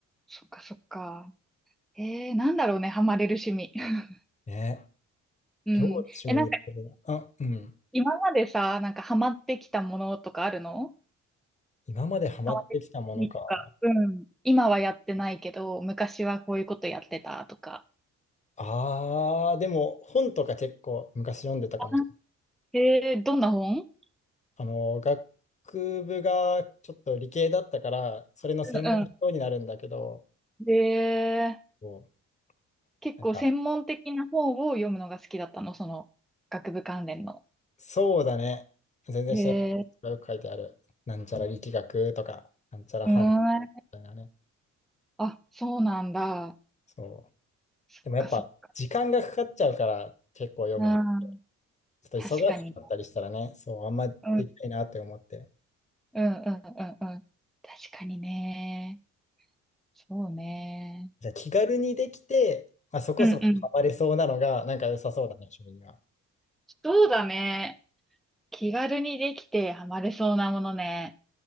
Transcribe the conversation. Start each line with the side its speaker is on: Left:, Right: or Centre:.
Centre: そっかそっか。えー、なんだろうね、ハマれる趣味。<laughs>
Left: ね、
Centre: うん。
Left: 料理趣味にするな。
Centre: え、なんか
Left: あ、うん。
Centre: 今までさ、なんかハマってきたものとかあるの
Left: 今までハマってきたものか。
Centre: ハマってきた趣味とか。うん。今はやってないけど、昔はこういうことやってたとか。
Left: あー、でも本とか結構昔読んでたかも。
Centre: あえー、どんな本
Left: あの、学部がちょっと理系だったから、それの専門の人になるんだけど、
Centre: うんうん。えー
Left: こ
Centre: 結構専門的な方を読むのが好きだったの、
Left: うなんか、
Centre: その学部関連の。
Left: そうだね。全然知らないことがよく書いてある。
Centre: へえ、
Left: なんちゃら力学とか、なんちゃら反応み
Centre: うーん。
Left: たいなね。
Centre: あ、そうなんだ。
Left: そう。
Centre: そっかそっか。
Left: でもやっぱ、時間がかかっちゃうから、結構読むの。
Centre: うん、
Left: ちょっと忙しかったりしたらね、
Centre: 確かに。
Left: そう、あんまできないなって思って。
Centre: うん、うん、うん、うん、うん。確かにね。そうね。
Left: じゃあ気軽にできて、まあ、そこそこハマれそうなのが、
Centre: うんうん。
Left: なんか良さそうだね、趣味には。
Centre: そうだね。気軽にできてハマれそうなものね。